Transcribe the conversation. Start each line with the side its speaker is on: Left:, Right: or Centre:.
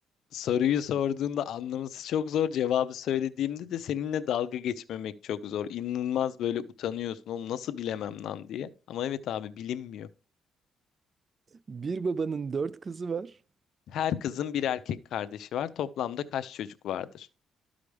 Left: soruyu sorduğunda anlaması çok zor. Cevabı söylediğimde de seninle dalga geçmemek çok zor. İnanılmaz böyle utanıyorsun. Oğlum nasıl bilemem lan diye. Ama evet abi bilinmiyor.
Right: Bir babanın dört kızı var.
Left: Her kızın bir erkek kardeşi var. Toplamda kaç çocuk vardır?